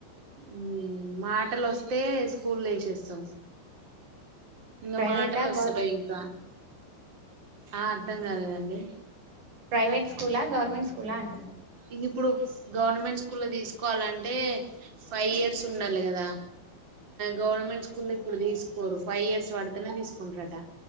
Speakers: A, on the right (about 25°); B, on the right (about 45°).
A: ఉమ్ మాటలు వస్తే స్కూల్ వేసేస్తాం ఇంకా
B: ప్రైవేటా
A: మాటలు వస్తలే
B: గవర్
A: ఇంకా ఆ అర్థం కాలేదండి
B: ప్రైవేట్ స్కూలా గవర్మెంట్ స్కూలా అండి
A: ఇగ ఇప్పుడు గవర్నమెంట్ స్కూల్లో తీసుకోవాలంటే ఫైవ్ ఇయర్స్ ఉండాలే కదా గవర్నమెంట్ స్కూల్ ఇప్పుడు తీసుకోరు ఫైవ్ ఇయర్స్ పడితేనే తీసుకుంటారట